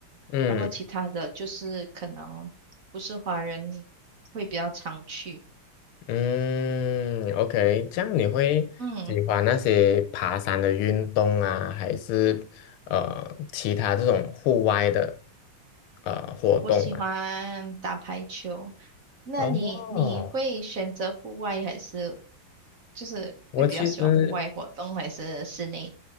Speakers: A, on the left; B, on the right.
A: 嗯
B: 然后其他的就是可能不是华人会比较常去。
A: 嗯，OK，这样你会喜欢那些爬山的运动啊，
B: 嗯，
A: 还是呃其他这种户外的呃活动吗？
B: 我喜欢打排球。那你你会选择户外还是
A: 哦，
B: 就是会比较喜欢户外活动还是室内？
A: 我其实